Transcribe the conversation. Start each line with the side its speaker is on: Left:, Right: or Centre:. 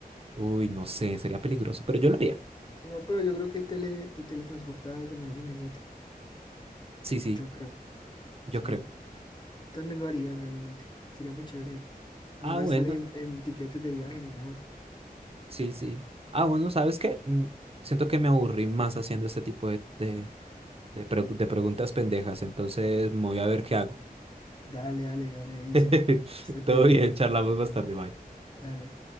Right: Uy, no sé, sería peligroso, pero yo lo haría.
Left: No, pero yo creo que tele- te teletransportas de manera inmediata.
Right: Sí, sí,
Left: Yo creo,
Right: yo
Left: sí.
Right: creo.
Left: También lo haría realmente. Sería muy chévere. No
Right: Ah,
Left: gastar
Right: bueno.
Left: en, en tiquetes de viaje ni nada.
Right: Sí, sí. Ah, bueno, ¿sabes qué? Mm, Siento que me aburrí más haciendo este tipo de, de, de pregu- de preguntas pendejas, entonces me voy a ver qué hago.
Left: Dale, dale, dale, Edison.
Right: <laughs>
Left: Que estés
Right: Todo
Left: bien.
Right: bien, charlamos más tarde, bye.
Left: Dale.